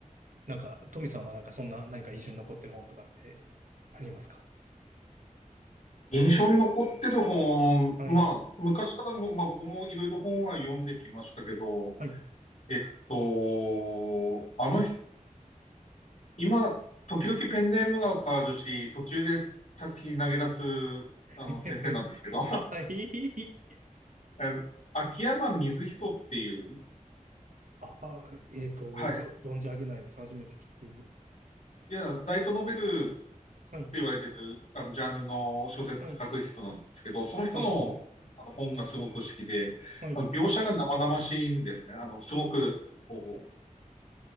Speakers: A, on the right; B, on the left.
A: なんかトミさんはなんかそんな何か印象に残ってる本とかってありますか
B: 印象に残ってる本、
A: はい
B: まあ、昔からも、まあ僕もいろいろ本は読んできましたけど、
A: はい
B: えっと、あの人、今、時々ペンネームが変わるし、途中で作品投げ出す、
A: <laughs>
B: あの、先生なんですけど、
A: はい
B: あの秋山水人っていう、
A: ああえっとぞ存じ上げないです初めて聞く
B: はい。いや、ライトノベルって
A: はい
B: 言われてる、あの、ジャンルの小説書く人なんですけど、
A: はい
B: その人の、
A: はい
B: あの本がすごく好きで、
A: はい
B: あの描写が生々しいんですね。あの、すごく、こ